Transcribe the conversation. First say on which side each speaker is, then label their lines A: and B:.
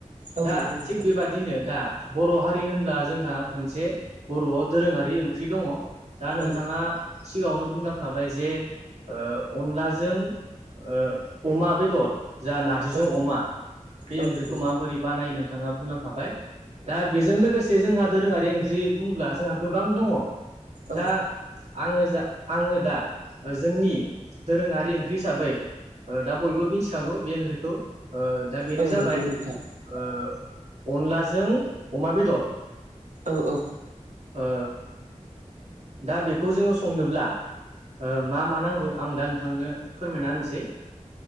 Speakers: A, on the right (about 85°); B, on the right (about 60°).
A: औ
B: दा
A: नंगौ नोंथां
B: थिग बेबादि बिदिनो दा बर' हारि होनब्ला जोंहा मोनसे बर'आव दोरोङारि ओंख्रि दङ दा नोंथाङा
A: औ
B: सिगाङावनो बुंलांखाबाय जे ओ अनलाजों ओ अमा बेदर जा नारजिजों
A: औ
B: अमा बे
A: औ
B: ओंख्रिखौ
A: नंगौ
B: माबोरै बानाय नो थाङा बुंलांखाबाय। दा बेजों लोगोसे जोंहा दोरोङारि ओंख्रि बुंब्ला जोंहा गोबां दङ
A: औ
B: दा आङो जा आङो दा जोंनि दोरोङारि ओंख्रि हिसाबै ओ दा बयबो मिथिखागौ बे ओंख्रिखौ ओ दा बेनो
A: औ
B: जाबाय
A: नंगौ नोंथां
B: ओ अनलाजों अमा बेदर।
A: औ औ
B: ओ दा बेखौ जोङो संनोब्ला ओ मा मा नांगौ आं दा नोंथांनो फोरमायना होनसै।